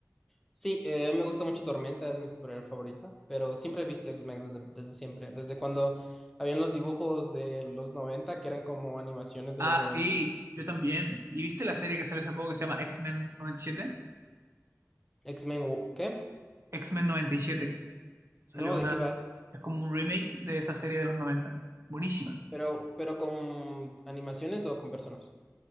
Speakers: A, in the centre; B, on the right.
A: Sí, eh, a mí me gusta mucho Tormenta, es mi superhéroe favorita, pero siempre he visto X-Men desde, desde siempre, desde cuando habían los dibujos de los noventa que eran como animaciones de
B: Ah,
A: los 90.
B: sí, yo también. ¿Y viste la serie que salió hace poco que se llama X-Men 97?
A: X-Men, ¿qué?
B: X-Men 97. Salió
A: No,
B: una...
A: ¿de qué va?
B: Es como un remake de esa serie de los noventa, Buenísima.
A: Pero, pero con animaciones o con personas.